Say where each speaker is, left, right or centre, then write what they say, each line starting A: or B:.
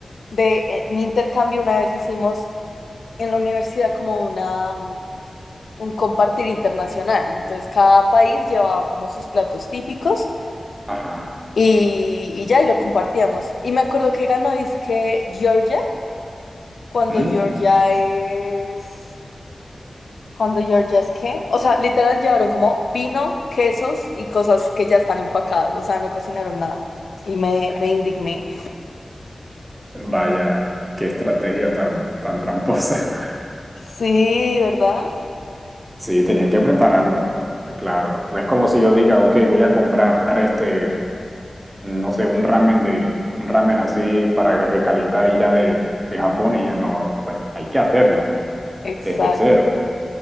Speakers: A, on the left; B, on the right.
A: de eh, mi intercambio. Una vez hicimos en la universidad como una, mm, un compartir internacional. Entonces, cada país llevaba como sus platos típicos
B: Ajá.
A: y, y ya, y lo compartíamos. Y me acuerdo que ganó, que Georgia, cuando
B: Mm,
A: Georgia es... Cuando Georgia's, ¿qué? O sea, literal llevaron como vino, quesos y cosas que ya están empacadas. O sea, no cocinaron nada. Y me, me indigné.
B: Vaya, qué estrategia tan, tan tramposa. <laughs>
A: Sí, ¿verdad?
B: Sí, tenían que prepararlo. Claro. No es como si yo diga, ok, voy a comprar este, no sé, un ramen de, un ramen así para recalentar y ya de, de Japón y ya no, <laughs> hay que hacerlo
A: Exacto,
B: desde cero.